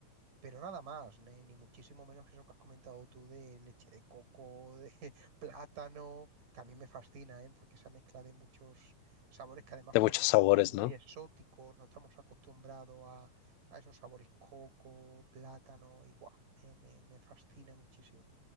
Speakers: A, on the right (about 80°); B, on the left (about 80°).
A: Pero nada más, ni, ni muchísimo menos eso que has comentado tú de leche de coco, de <laughs> plátano, que a mí me fascina, ¿eh? Porque esa mezcla de muchos sabores que además
B: muchos
A: para mí son
B: sabores,
A: como muy
B: ¿no?
A: exóticos, no estamos acostumbrados a, a esos sabores coco, plátano, y buah, me, me, me fascina muchísimo.